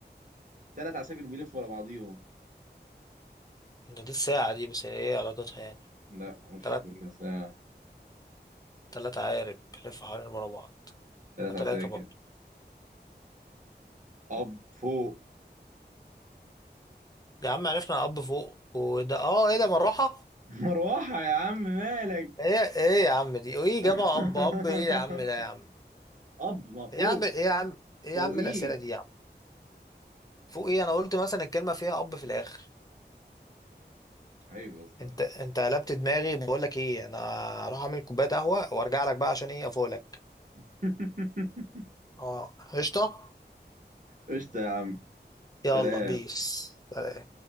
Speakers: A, on the right (about 45°); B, on the left (about 20°).
A: تلات عساكر بيلفوا ورا بعضيهم
B: ده دي الساعة دي بس هي إيه علاقتها يعني
A: لا مش
B: تلات
A: بس آه،
B: تلات عقارب بيلفوا حوالين ورا بعض
A: تلات
B: هما
A: عساكر
B: تلاتة برضه
A: اب فوق
B: يا عم عرفنا أب فوق وده آه إيه ده مروحة؟
A: <laughs> مروحة يا عم مالك
B: إيه إيه يا عم دي؟ وإيه
A: <laughs>
B: جابها أب أب إيه يا عم ده يا عم؟
A: اب ما فوق
B: إيه يا عم إيه يا عم إيه
A: فوقيك
B: يا عم الأسئلة دي يا عم؟ فوق ايه انا قلت مثلا الكلمه فيها اب في الاخر
A: عيب يا اسطى
B: انت انت قلبت دماغي بقول لك ايه انا هروح اعمل كوبايه قهوه وارجع لك بقى عشان ايه افوق لك
A: <laughs>
B: اه قشطه
A: قشطة يا عم سلام
B: يلا بيس سلام.